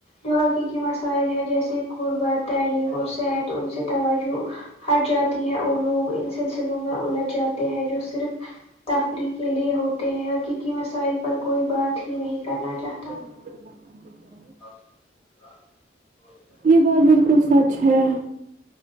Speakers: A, on the left; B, on the right.
A: جو حقیقی مسائل ہیں جیسے غربت تعلیم اور صحت ان سے توجہ ہٹ جاتی ہے اور لوگ ان سلسلوں میں الجھ جاتے ہیں جو صرف تفریح کے لیے ہوتے ہیں حقیقی مسائل پر کوئی بات ہی نہیں کرنا چاہتا
B: <inaudible>
A: <inaudible>
B: یہ بات بالکل سچ ہے